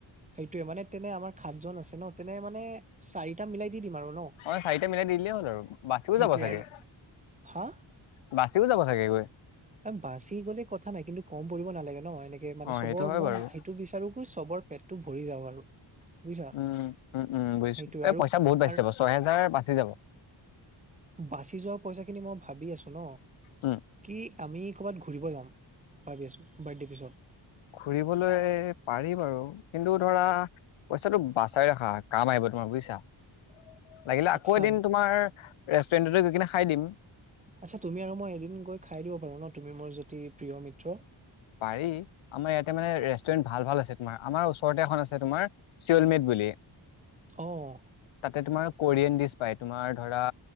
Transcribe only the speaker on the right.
সেইটোয়ে মানে তেনে আমাৰ সাতজন আছে ন, তেনে মানে চাৰিটা মিলাই দি দিম আৰু ন
সেইটোয়ে
আৰু হা
বাচি গ'লে কথা নাই, কিন্তু কম পৰিব নালাগে ন, এনেকে মানে
চবৰ
মই
সেইটো বিচাৰো। তো চবৰ পেটতো ভৰি যাওক আৰু। বুজিছা
সেইটোয়ে
আৰু
আৰু
বাচি যোৱা পইচা খিনি মই ভাবি আছো ন
কি আমি ক'ৰবাত ঘূৰিব যাম ভাবি আছো বাৰ্থডে পিছত
আচ্ছা
আচ্ছা তুমি আৰু মই এদিন গৈ খাই দিব পাৰো ন তুমি মোৰ যদি প্ৰিয় মিত্ৰ
অ'।